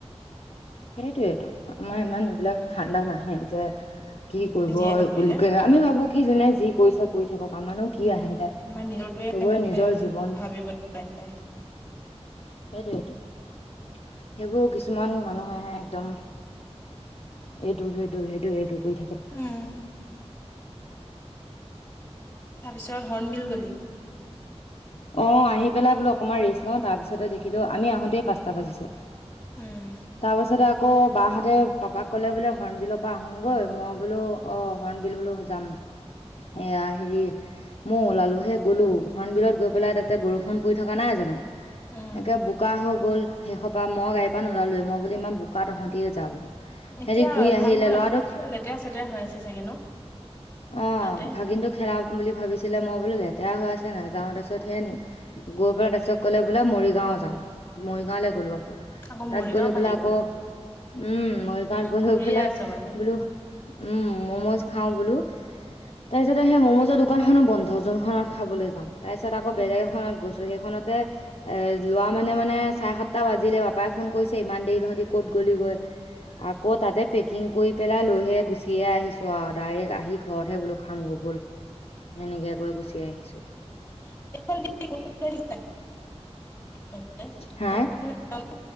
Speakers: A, on the left; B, on the left.
A: সেইটোয়েতো আমাৰ ইমান এইবিলাক ধাণ্ডা নাহে যে। কি কৰিব
B: যিয়ে নকৰিলে
A: লোকে আমি ভাবো কি জোনোই যি কৰিছে কৰি থাকক আৰু কি
B: উম
A: আহে,
B: আমাৰ নিজৰটোৱে
A: চবৰে
B: মানে
A: নিজৰ জীৱন।
B: ভাবিব লাইন নাই
A: সেইটোইটো, সেইবোৰ কিছুমান মানুহেহে একদম। এইটো সেইটো সেইটো এইটো কৰি থাকে।
B: উম তাৰপিছত হৰ্ণবিল গলি।
A: অঁ আহি পেলাই বোলো অকণমান ৰেষ্ট লওঁ তাৰপিছতে দেখিলোঁ আমি আহোতেই পাঁচটা বাজিছে।
B: উম
A: তাৰ পাছতে আকৌ বাহঁতে পাপাক ক'লে বোলে হৰ্ণ বিলৰ পৰা আহোঁগৈ মই বোলো অ হৰ্ণ বিল বোলো যাম। এয়া হেৰি, মই ওলালোহে গ'লো হণবিলত গৈ পেলাই তাতে বৰষুণ পৰি থকা নাই জানো,
B: উম
A: একে বোকা হৈ গ'ল। শেষৰ পৰা মই গাড়ী পৰা নোলালোঁ মই বোলো ইমান বোকাত তহঁতিয়ে যা বোলো।
B: এতিয়া
A: সিহঁতি ঘূৰি আহিলে
B: ভাল হয়
A: ল'ৰাটোক
B: কিবা লেতেৰা চেতেৰা হৈ আছে চাগে ন,
A: অ',
B: তাতে।
A: ভাগিনটো খেলাম বুলি ভাবিছিলে মই বোলো লেতেৰা হৈ আছে নাযাওঁ তাৰপিছত উঠে গৈ পেলাই তাৰপিছত ক'লে বোলে মৰিগাঁও যাওঁ মৰিগাঁওলৈ গ'লো আকৌ।
B: আকৌ
A: তাত
B: মৰিগাঁও
A: গ লৈ পেলাই
B: পালিগৈ
A: আকৌ, উম মৰিগাঁৱত গ
B: ঘূৰিয়ে
A: লৈ পেলাই
B: আছ মানে
A: বোলো। উম মমোজ খাও বোলো তাৰ পিছত সেই মমোজৰ দোকান খননো বন্ধ যোনখনত খাবলৈ যাওঁ তাৰ পিছত আকৌ
B: উম
A: বেলেগ এখনত গৈছো চ' সেইখনতে এ লোৱা মানে মানে চাৰে সাতটা বাজিলে পাপাই ফোন কৰিছে ইমান দেৰি টহতি ক'ত গ'লিগৈ আকৌ তাতে পেকিং কৰি পেলাই লৈহে গুচিয়ে আহিছো আৰু ডাইৰেক্ট আহি ঘৰতহে বোলো খাম গ' বোল সেনেকে কৈ গুচি আহিছো
B: <unintelligible> এইফালে
A: হা
B: ৰাস্তাৰ ফালে যাওঁ